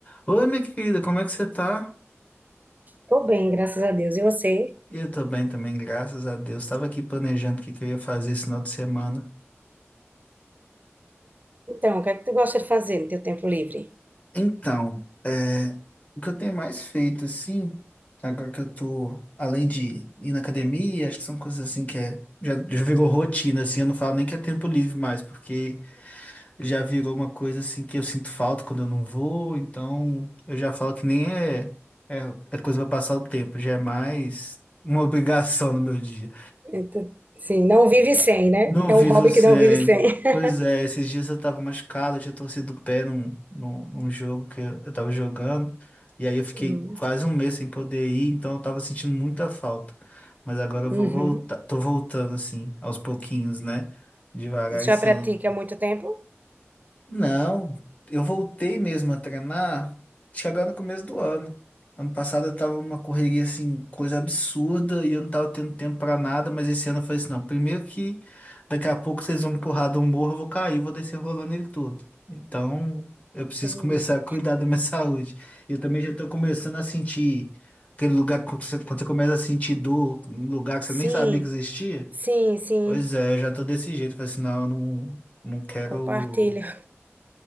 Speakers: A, on the left; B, on the right.
A: Oi, minha querida, como é que você tá?
B: Tô bem, graças a Deus. E você?
A: Eu tô bem também, graças a Deus. Tava aqui planejando o que que eu ia fazer esse final de semana.
B: Então, o que é que tu gosta de fazer no teu tempo livre?
A: Então, é, o que eu tenho mais feito, assim, agora que eu tô, além de ir na academia, acho que são coisas assim que é, já, já virou rotina, assim, eu não falo nem que é tempo livre mais, porque já virou uma coisa, assim, que eu sinto falta quando eu não vou, então eu já falo que nem é, é, é coisa pra passar o tempo, já é mais uma obrigação no meu dia.
B: Então, sim, não vive sem, né?
A: Não
B: É
A: vi
B: um hobby
A: você.
B: que não vive sem. <laughs>
A: Pois é, esses dias eu tava machucado, eu tinha torcido o pé num, num, num jogo que eu eu tava jogando. E aí eu fiquei
B: Uhum.
A: quase um mês sem poder ir, então eu tava sentindo muita falta. Mas agora
B: Uhum.
A: eu vou voltar, tô voltando assim, aos pouquinhos, né? Devagar
B: Já
A: e sem
B: pratica há muito tempo?
A: não, eu voltei mesmo a treinar chegando no começo do ano. Ano passado eu tava numa correria assim, coisa absurda, e eu não tava tendo tempo pra nada, mas esse ano eu falei assim, não, primeiro que daqui a pouco vocês vão me empurrar de um morro, eu vou cair, vou descer rolando ele todo. Então, eu
B: Entendi.
A: preciso <laughs> começar a cuidar da minha saúde. E Eu também já tô começando a sentir aquele lugar que você- quando você começa a sentir dor, um lugar que você
B: Sim,
A: nem sabia que existia.
B: sim, sim.
A: Pois é, eu já tô desse jeito, falei assim, não, eu não, não quero
B: Compartilho. <laughs>